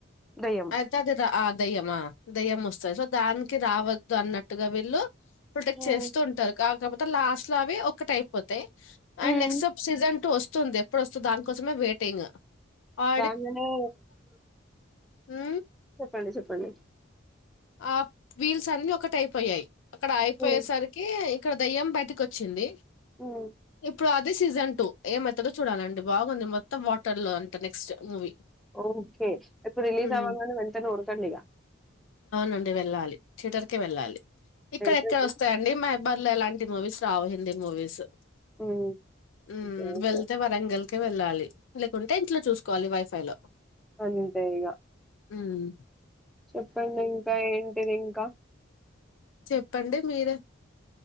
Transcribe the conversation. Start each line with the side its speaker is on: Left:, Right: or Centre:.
Centre: దయ్యం
Left: అయితే అది రా ఆ దెయ్యమా దెయ్యం వస్సది సో దాన్కి రావద్దు అన్నట్టుగా వీళ్ళు ప్పుల్టేక్
Centre: ఉమ్
Left: చేస్తూ ఉంటారు కా కాపోతే లాస్ట్ లో అవి ఒకటైపోతాయ్. అన్
Centre: ఉమ్
Left: నెక్సబ్ సీజన్ టూ వస్ స్సుంది ఎప్పుడొస్తు దాని కోసమే వెయిటింగ్, అ
Centre: రాంగనే
Left: ఉ
Centre: ప్పండి చెప్పండి.
Left: ఆ వీల్స్ సన్నీ ఒకటెయ్ పొయ్యాయి. అక్కడ అయిపోయేసరికి
Centre: ఉమ్
Left: క్కడ దయ్యం బయటికొచ్చింది.
Centre: ఉమ్
Left: ఎప్పు రా ది సీజన్ టూ ఏమైతదో చూడాలండి బాగుంది మొత్తం వాటర్ లో అంట నెక్స్ట్ మూవీ
Centre: ఓకే ఎప్పు రిలీజ్
Left: ఉమ్
Centre: అవ్వంగానే వెంటనే ఉరకండి ఇగ
Left: నుండి వెళ్ళాలి థిటర్ కే వెళ్ళాలి. ఇక్కరెక్కర
Centre: థియేటర్కి
Left: వస్తాయండి మాబ్ బర్లే ఎలాంటి మూవీస్ రావు హిందీ మూవీసు
Centre: ఉమ్
Left: ఉ
Centre: ఓకే ఓకే
Left: వెళ్తే వరంగల్ కే వెళ్ళాలి లేకుంటే ఇంట్లో చూస్కోవాలి వైఫై లో
Centre: అంతే ఇగ
Left: ఉమ్
Centre: చెప్పండిం కా ఏంటిది ఇంకా
Left: చెప్పండి మీరే